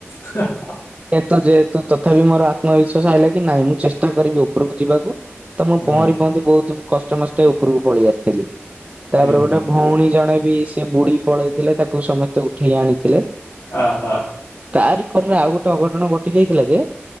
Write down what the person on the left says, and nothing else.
ଚ
ହୁଁ
ହୁଁ
ହୁଁ
ଓହୋ।